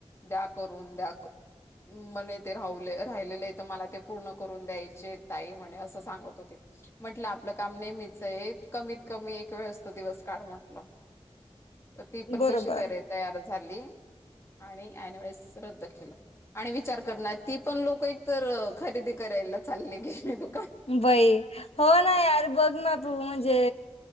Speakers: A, on the left; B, on the left.
A: द्या करून द्या क म्हणे ते राहवले राहिलेले तर मला ते पूर्ण करून द्यायचे ताई म्हणे असं सांगत होते. म्हटलं आपलं काम नेहमीच आहे कमीत कमी एक वेळ असतो दिवस काढ म्हटलं. तर ती पण
B: बरोबर
A: कशी तर तयार झाली आणि एनवेेळेस रद्द केलं. आणि विचार कर ना, ती पण लोकंं एकतर खरेदी करायला चालली गेली दु
B: बाई, हो ना यार बघ ना तू म्हणजे